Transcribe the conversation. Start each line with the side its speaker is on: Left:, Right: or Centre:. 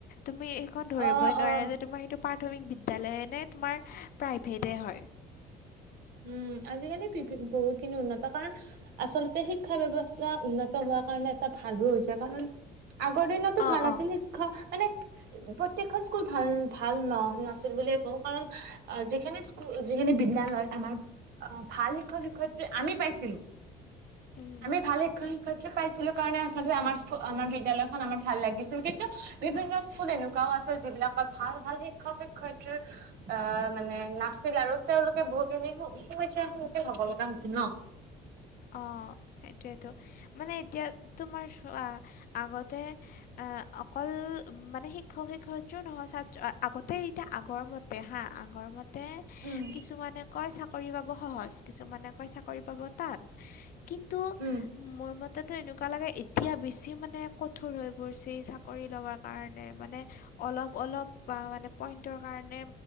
Left: তুমি এখন ধৰিবই
Right: অ
Left: নোৱাৰে
Right: অ
Left: যে তোমাৰ সেইটো প্ৰাথমিক বিদ্যালয়ে নে তোমাৰ প্ৰাইভেটেই হয়
Right: উম আজিকালি বিভি বহুতখিনি উন্নত কাৰণ আচলতে শিক্ষা ব্যৱস্থা উন্নত হোৱাৰ কাৰণে এটা ভালো হৈছে কাৰণ আগৰ দিনতো
Left: অঁ
Right: ভাল আছিল
Left: অঁ
Right: শিক্ষা মানে প্ৰত্যেকখন স্কুল ভাল ভাল ন নাছিল বুলিয়ে কওঁ কাৰণ অ', যিখিনি স্কুল যিখিনি বিদ্যালয় আমাৰ অ', ভাল শিক্ষক শিক্ষয়িত্ৰী আমি পাইছিলো
Left: উম,
Right: আমি ভাল শিক্ষক শিক্ষয়িত্ৰী পাইছিলো কাৰণে আচলতে আমাৰ স্কুল আমাৰ বিদ্যালয়খন আমাৰ ভাল লাগিছিল কিন্তু বিভিন্ন স্কুল এনেকু গাওঁ আছে যিবিলাকত ভাল, ভাল শিক্ষক শিক্ষয়িত্ৰী আএ মানে নাছিল আৰু তেওঁলোকে বহুতখিনি সমস্যা সন্মুখীন হ'ব লগা হৈছিল ন।
Left: অ', সেইটোৱেতো মানে এতিয়া তোমাৰ চোৱা আগতে আহ অকল মানে শিক্ষক শিক্ষয়িত্ৰীও নহয় ছাত্ৰ আগতে এতিয়া আগৰ মত পেহা আগৰমত তে
Right: উম
Left: কিছুমানে কয় চাকৰি পাব সহজ কিছুমানে কয় চাকৰি পাব টান। কিন্তু
Right: উম
Left: মোৰ মতেতো এনেকুৱা লাগে এতিয়া বেছি মানে কঠোৰ হৈ পৰিছে এই চাকৰি ল'বৰ কাৰণে মানে অলপ অলপ বা মানে পইণ্টৰ কাৰণে